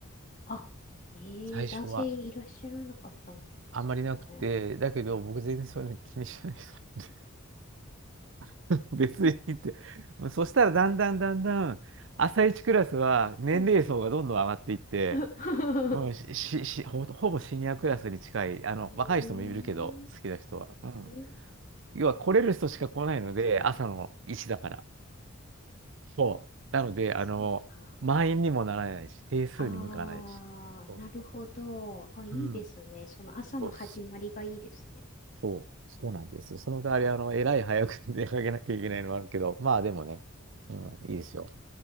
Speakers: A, on the left; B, on the right.
A: あ、ええ、
B: 最初は。
A: 男性いらっしゃらなかったんですね。
B: あんまりなくて、だけど僕全然そういうの気にしない人なんで、<laughs> あ別にって。
A: <laughs>
B: そしたらだんだんだんだん、朝一クラスは年齢層がどんどん上がっていって、
A: はい。<laughs>
B: うん、し、し、しほ、ほぼシニアクラスに近い、あの、
A: うーん
B: 若い人もいるけど、好きな人は。うん。
A: うん。
B: 要は来れる人しか来ないので、朝の1だから。そう。なので、
A: そうか。
B: あの、満員にもならないし、定数に向かないし。
A: ああ、
B: そうそ
A: なるほど。あ、いいですね。
B: う。うん。
A: その朝の始まりがいいですね。
B: そうそう、そうなんですよ。その代わり、あの、えらい早く <laughs> 出かけなきゃいけないのもあるけど、まあでもね、うん、いいですよ。